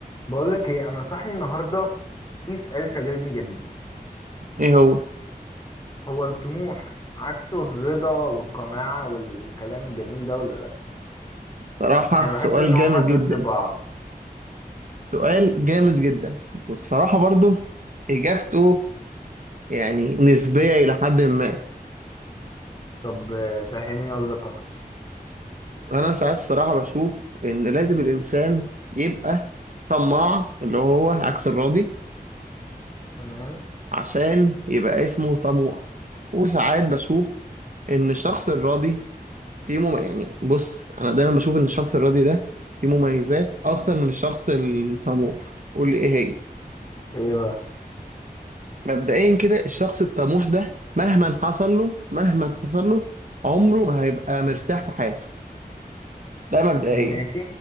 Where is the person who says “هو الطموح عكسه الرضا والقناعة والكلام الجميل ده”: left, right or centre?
Left